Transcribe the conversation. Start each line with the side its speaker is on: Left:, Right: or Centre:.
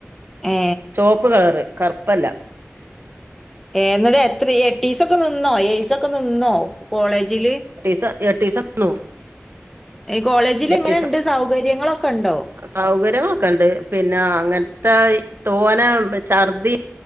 Centre: ഏ
Right: ചോപ്പ് കളറ് കർപ്പല്ല
Centre: ഏഹ് ഇന്നട്ട് എത്രീ എട്ടീസൊക്ക നിന്നോ ഏഴീസൊക്കെ നിന്നോ കോളേജില്
Right: ച് എട്ടീസം ന്നു
Centre: എഹ് കോളേജിലെങ്ങനണ്ട്?
Right: എട്ടീസം
Centre: സൗകര്യങ്ങളൊക്കണ്ടോ?
Right: സൗകര്യങ്ങളൊക്കെ ഇണ്ട്. പിന്നെ അങ്ങൻത്തെ തോന ഛർദ്ധി